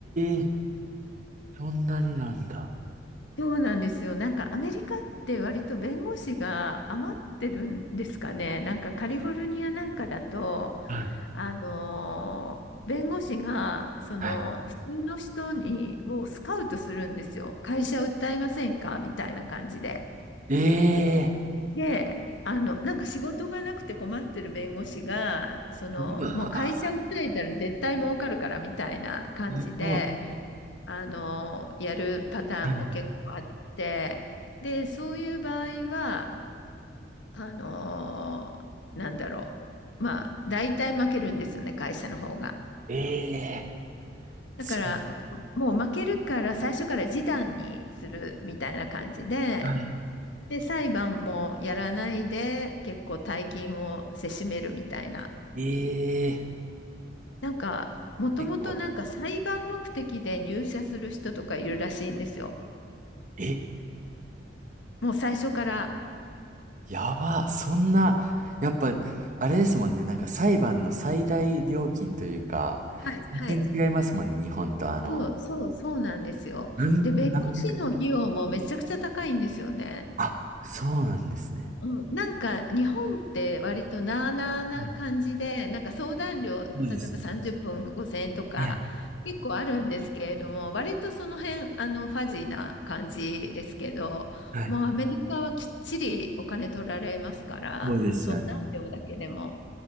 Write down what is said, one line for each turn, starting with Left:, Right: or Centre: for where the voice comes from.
Right: え、そんなになんだ。
Left: そうなんですよ。なんかアメリカって割と弁護士が余ってるんですかね。なんかカリフォルニアなんかだと、
Right: はい。
Left: あのー弁護士が、その、
Right: は
Left: 普通の人に、をスカウトするんですよ。会社訴えませんかみたいな感じで。
Right: い。ええ、
Left: で、あの、なんか仕事がなくて困ってる弁護士が、その、
Right: うわ。
Left: もう会社訴えたら絶対儲かるからみたいな感じで、
Right: すごい。
Left: あのやるパターンも結構あって、
Right: はい。
Left: で、そういう場合は、あのなんだろう。まあ、大体負けるんですよね、会社の方が。
Right: ええ、
Left: だから、
Right: そう。
Left: もう負けるから最初から示談にするみたいな感じで、
Right: なんだ
Left: で、裁判もやらないで、結構大金をせしめるみたいな。
Right: ええ。
Left: なんか、もともとなんか裁判目的で入社する人とかいるらしいんですよ。
Right: 結構、え、
Left: もう最初から。
Right: やば、そんな、やっぱ、あれですもんね、なんか裁判の最大料金というか、
Left: はい、はい。
Right: 全然違いますもんね、日本とあの、
Left: そう、そう、そうなんですよ。
Right: なん、
Left: で、弁護士の費用もめちゃくちゃ高いんですよね。
Right: 何百、あ、そうなんですね。
Left: うん、なんか日本って割となあなあな感じで、
Right: うん
Left: なんか相談料、例えば30分5000円とか結構あるんですけれども、
Right: そうですね。はい、
Left: 割とその辺、あの、ファジーな感じですけど、
Right: はい。
Left: もうアメリカはきっちりお金取られますから、
Right: そうですよね。
Left: 相談料だけでも。